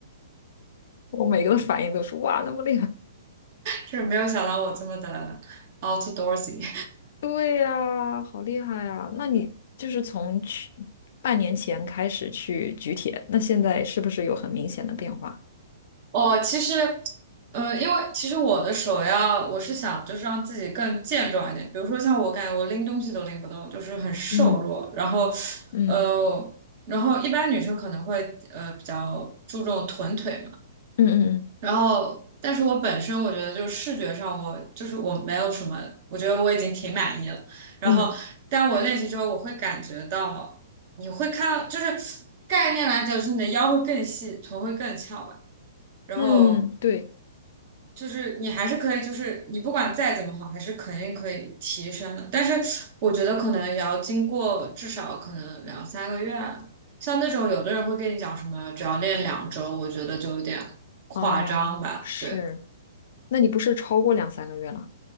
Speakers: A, on the left; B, on the right.
A: 我每个的反应都是哇，那么厉害！
B: 就是没有想到我这么的 outdoorsy。
A: 对呀，好厉害啊！那你就是从去半年前开始去举铁，那现在是不是有很明显的变化？
B: 哦，其实，呃，因为其实我的首要，我是想就是让自己更健壮一点。比如说像我感觉我拎东西都拎不动，就是很瘦弱。
A: 嗯
B: 然后，
A: 嗯
B: 呃，然后一般女生可能会呃比较注重臀腿嘛。
A: 嗯嗯
B: 然后，但是我本身我觉得就是视觉上我就是我没有什么，我觉得我已经挺满意了。然后，
A: 嗯
B: 但我练习之后，我会感觉到你会看到，就是概念来讲，就是你的腰会更细，臀会更翘吧。然后。
A: 嗯嗯，对，
B: 就是你还是可以，就是你不管再怎么好，还是肯定可以提升的。但是我觉得可能也要经过至少可能两三个月啊像那种有的人会跟你讲什么，只要练两周，我觉得就有点夸张吧，
A: 哦，是。
B: 对。
A: 那你不是超过两三个月了？